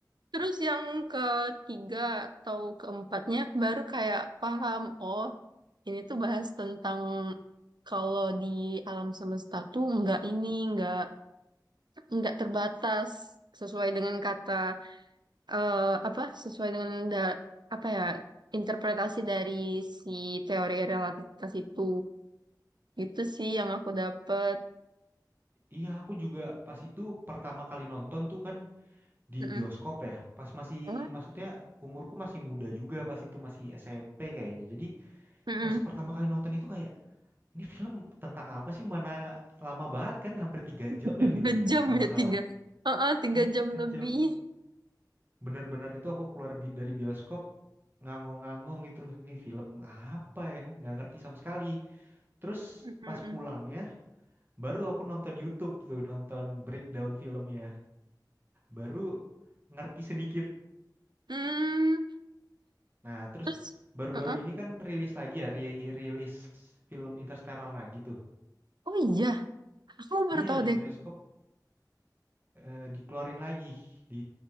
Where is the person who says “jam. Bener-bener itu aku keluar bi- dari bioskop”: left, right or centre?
Right